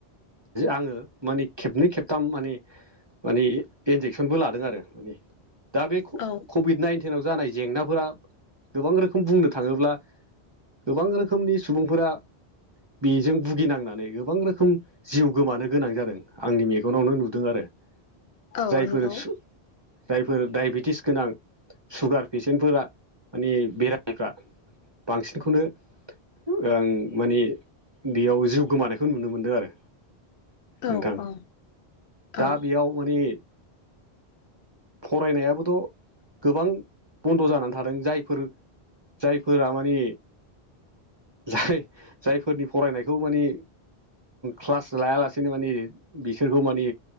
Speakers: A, on the right; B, on the left.
A: आङो माने खेबनै खेबथाम माने माने इन्जेकसनबो लादों आरो माने दा बे
B: औ
A: कभिड नाइन्टिनाव जानाय जेंनाफोरा गोबां रोखोम बुंनो थाङोब्ला गोबां रोखोमनि सुबुंफोरा बेजों भुगिनांनानै गोबां रोखोम जिउ गोमानो गोनां जादों आंनि मेगनावनो नुदों आरो
B: औ
A: जायफोर
B: नंगौ
A: जायफोर डायबेटिस गोनां सुगार पेसेन्टफोरा माने बेरामफ्रा बांसिनखौनो आं माने बेयाव जिउ गोमानायखौ नुनो मोनदों आरो नोंथां
B: औ औ
A: दा
B: औ
A: बेयाव माने फरायनायाबोथ' गोबां बन्द' जानानै थादों जायफोर जायफोरा माने जाय जायफोरनि फरायनायखौ माने क्लास लायालासेनो माने बिसोरखौ माने